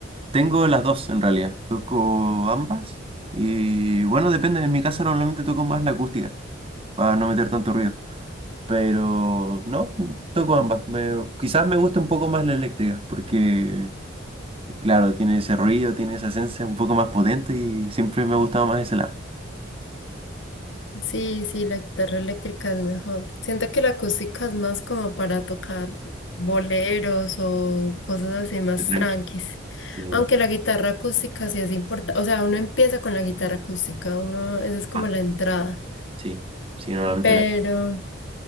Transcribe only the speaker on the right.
Tengo las dos en realidad, toco ambas y bueno, depende, en mi casa normalmente toco más la acústica para no meter tanto ruido, pero no, toco ambas. Me- quizás me gusta un poco más la eléctrica porque, claro, tiene ese ruido, tiene esa esencia un poco más potente y siempre me ha gustado más ese lado.
Sí,
Sí, bueno.
Ah,
sí, sí, normalmente
la...